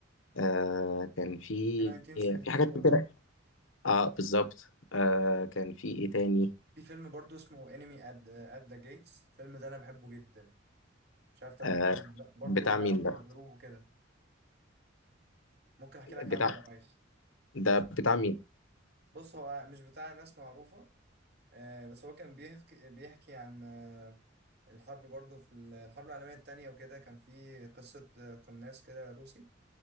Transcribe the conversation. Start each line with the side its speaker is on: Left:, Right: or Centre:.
Left: آه كان في
Right: في 1917
Left: في حاجات
Right: برضه
Left: كتير اه بالظبط آه كان في ايه تاني
Right: في فيلم برضه اسمه انمي ات ات ذا جيتس الفيلم ده انا بحبه جدا مش عارف تعرفه
Left: آه
Right: عنه ولا لأ. برضه
Left: بتاع
Right: ليه
Left: مين
Right: علاقة
Left: ده
Right: بالهروب وكده ممكن احكي لك
Left: بتاع
Right: عنه لو عايز
Left: ده بتاع مين
Right: بص هو مش بتاع ناس معروفة آه، بس هو كان بيحكي بيحكي عن آه، الحرب برضه في ال- الحرب العالمية التانية وكده كان في قصة آه، قناص كده روسي